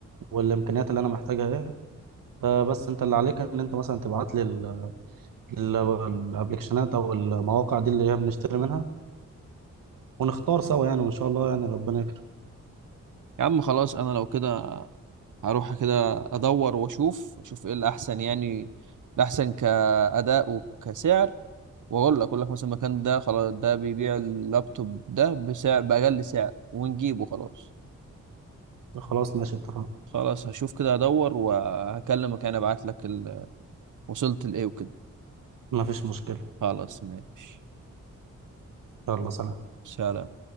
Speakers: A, on the right; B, on the right.
A: والامكانيات اللي انا محتاجها ايه آه بس انت اللي عليك ان انت مثلا تبعت لي ال- ال- الابلكيشنات او المواقع دي اللي هي بنشتري منها ونختار سوا يعني وان شاء الله يعني ربنا يكرم
B: يا عم خلاص انا لو كده هروح كده ادور واشوف اشوف ايه الاحسن يعني الاحسن كاداء وكسعر واقول لك اقول لك مثلا المكان ده خلاص ده بيبيع اللابتوب ده بسعر باقل سعر ونجيبه خلاص
A: خلاص ماشي اتفقنا
B: خلاص هشوف كده ادور وهكلمك انا ابعت لك ال... وصلت لايه وكده
A: ما فيش مشكله
B: خلاص ماشي
A: يلا سلام
B: سلام